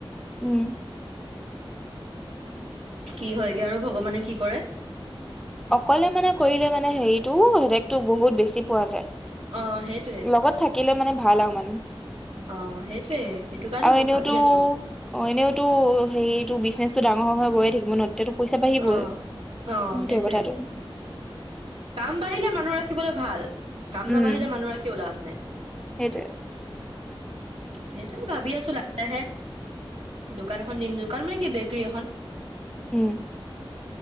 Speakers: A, in the centre; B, on the right (about 80°).
A: উম।
B: কি হয়গে আৰু ভগৱানে কি কৰে।
A: অকলে মানে কৰিলে মানে হেৰিটো হেতেকটো বহুত বেছি পোৱা যায়।
B: অ সেইট
A: লগত থাকিলে মানে ভাল আৰু মানুহ।
B: অ সেইটোয়ে সেইটো কাৰণে
A: আৰু
B: মই
A: এনেওতো
B: ভাবি আছো
A: এনেওতো হেৰিতটো বিজনেচ টো ডাঙৰ হৈ হৈ গৈয়ে থাকিব ন তেতিয়াটো পইচা বাঢ়িবই
B: অ
A: সেইটো
B: অ সেইটোয়ে
A: কথাটো।
B: কাম বাঢ়িলে মানুহ ৰাখিবলৈ ভাল, কাম
A: উম
B: নাবাঢ়িলে মানুহ ৰাখিও লাভ নাই।
A: সেইটোৱে।
B: সেইটোৱে ভাবি আছো লাহে লাহে দোকান এখন নিম দোকান মানে কি বেকৰী এখন।
A: উম।